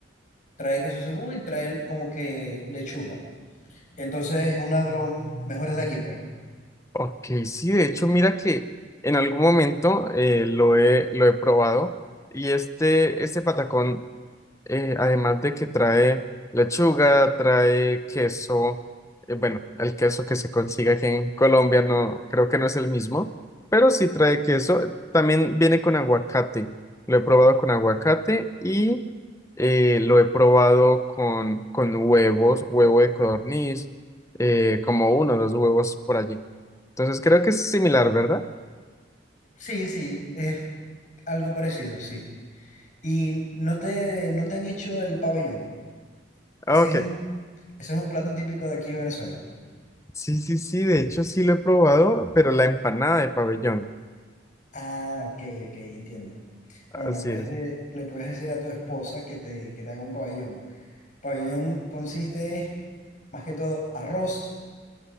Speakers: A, on the left; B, on the left.
A: trae queso cebú y trae el- como que lechuga. Entonces es uno de los mejores de aquí, pues.
B: Ok, sí, de hecho, mira que en algún momento eh, lo he, lo he probado y este, este patacón eh, además de que trae lechuga, trae queso, eh, bueno, el queso que se consigue aquí en Colombia no, creo que no es el mismo, pero sí trae queso. También viene con aguacate. Lo he probado con aguacate y eh, lo he probado con, con huevos, huevo de codorniz, eh, como uno o dos huevos por allí. Entonces creo que es similar, ¿verdad?
A: Sí, sí, es algo parecido, sí. Y no te, no te han hecho el pabellón. Ese
B: Ah, Ok,
A: es un, ese es un plato típico de aquí de Venezuela.
B: sí, sí, sí, de hecho sí lo he probado, pero la empanada de pabellón.
A: Ah, ok, ok, entiendo.
B: Así
A: Bueno, le puedes,
B: es.
A: de- le puedes decir a tu esposa que te, que te haga un pabellón. Pabellón consiste más que todo arroz.